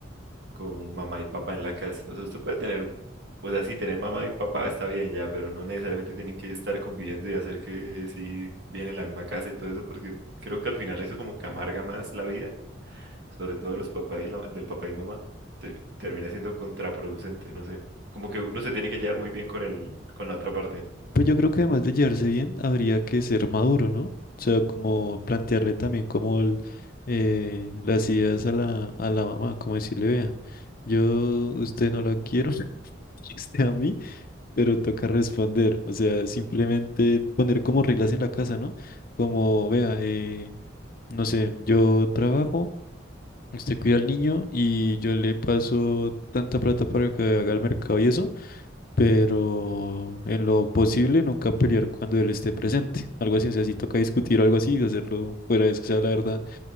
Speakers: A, on the right; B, on the left.
A: con mamá y papá en la casa. O sea, usted puede tener, o sea, sí, tener mamá y papá está bien ya, pero no necesariamente tienen que estar conviviendo y hacer que si viene la misma casa y todo eso, porque creo que al final eso como que amarga más la vida, sobre todo de los papás y la- del papá y mamá, te- termina siendo contraproducente, no sé. Como que uno se tiene que llevar muy bien con el, con la otra parte.
B: Pues yo creo que además de llevarse bien, habría que ser maduro, ¿no? O sea, como plantearle también como el, eh, las ideas a la, a la mamá, como decirle, vea, yo usted no la quiero, <laughs> usted a mí, pero toca responder. O sea, simplemente poner como reglas en la casa, ¿no? Como, vea, eh, no sé, yo trabajo, usted cuida al niño y yo le paso tanta plata para que haga el mercado y eso pero en lo posible nunca pelear cuando él esté presente. Algo así, o sea, si toca discutir o algo así, hacerlo fuera de eso. O sea, la verdad,